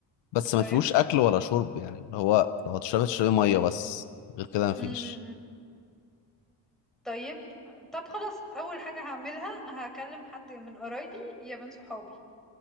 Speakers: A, on the left; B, in the centre.
A: بس ما
B: طيب
A: فيهوش اكل ولا شرب يعني اللي هو لو هتشربي تشربي ميه بس غير كده ما فيش
B: امم طيب طب خلاص اول حاجة هعملها هكلم حد من قرايبي يا من صحابي